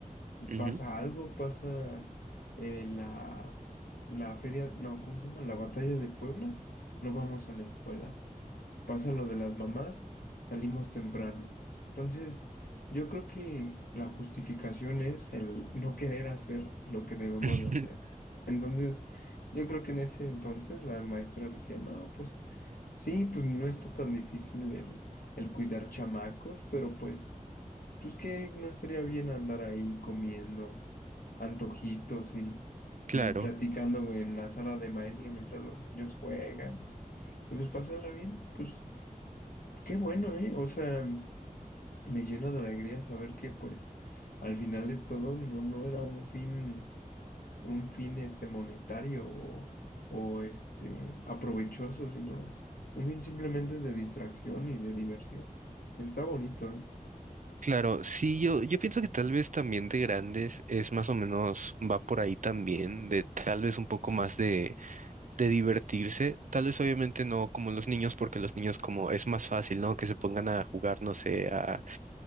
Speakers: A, on the right; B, on the left.
A: Ujú.
B: pasa algo, pasa eh, la, la feria, no, ¿cómo se llama? La batalla de Puebla, no vamos a la escuela pasa lo de las mamás, salimos temprano. Entonces, yo creo que la justificación es el no querer hacer lo que debemos
A: <laughs>
B: de hacer. Entonces, yo creo que en ese entonces las maestras decían, no, pues sí, pues no está tan difícil el, el cuidar chamacos, pero pues, pues que no estaría bien andar ahí comiendo antojitos y,
A: Claro.
B: y platicando en la sala de maestros mientras los niños juegan y, y pues pasarla bien, pues. Qué bueno, ¿eh? O sea, me llena de alegría saber que, pues, al final de todo no, no era un fin, un fin, este, monetario o, o, este, aprovechoso, sino un fin simplemente de distracción y de diversión. Está bonito, ¿eh?
A: Claro, sí, yo, yo pienso que tal vez también de grandes es más o menos, va por ahí también, de tal vez un poco más de, de divertirse, tal vez obviamente no como los niños, porque los niños como es más fácil, ¿no? Que se pongan a jugar, no sé, a,